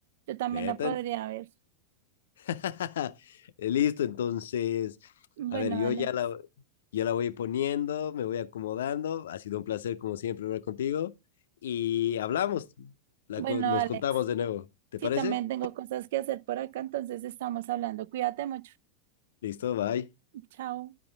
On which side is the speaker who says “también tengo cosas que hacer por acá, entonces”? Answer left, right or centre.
Right